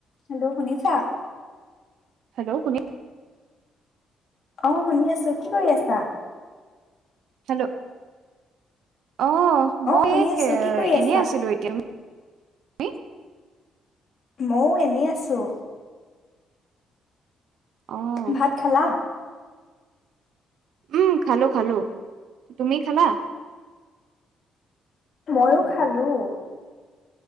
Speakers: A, on the left; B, on the right.
A: Hello শুনিছা?
B: Hello শুনি
A: অ', শুনি আছোঁ, কি কৰি আছা?
B: হেল্ল'। অ', মই
A: শুনি আছো, কি কৰি
B: এনে
A: আছা?
B: আছিলোঁ এতিয়া। কি?
A: ময়ো এনে আছোঁ।
B: অ'
A: ভাত খালা?
B: উম, খালোঁ, খালোঁ, তুমি খালা?
A: ময়ো খালোঁ।